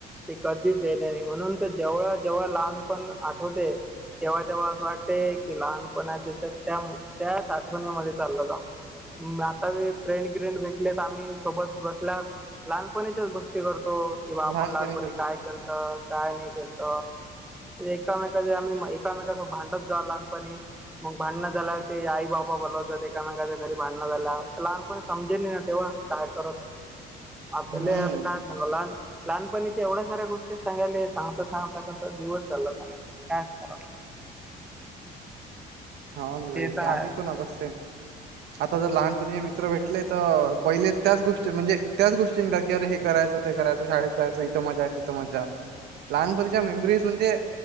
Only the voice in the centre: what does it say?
ते कधीच येणे नाही म्हणून तर जेव्हा जेव्हा लहान पण आठवते तेव्हा तेव्हा असं वाटते की लहानपणाच्या त्या त्याच आठवणीमध्ये चाललं जाव. मग आता व फ्रेंड ग्रेंड भेटलेत आम्ही सोबत बसलात लहानपणीच्याच गोष्टी करतो कि बा आपण
लहानपणी काय केलत काय नाही केलत. एकामेका च्या आम्ही एकमेकांसोबत भांडायचं जा लहानपणी. मग भांडणं झाल्या ते आई बाबा बोलावतात एकामेकाच्या घरी भांडणं झालं लहानपण समजेल ना तेव्हा काय करतता आता
<unintelligible> काय सांग लहान लहानपणीच्या एवढ्या साऱ्या गोष्टी सांगायल्या सांगता सांगता कसं दिवस चालला जाणार. त्यात <unintelligible>
ते
तर
आहेच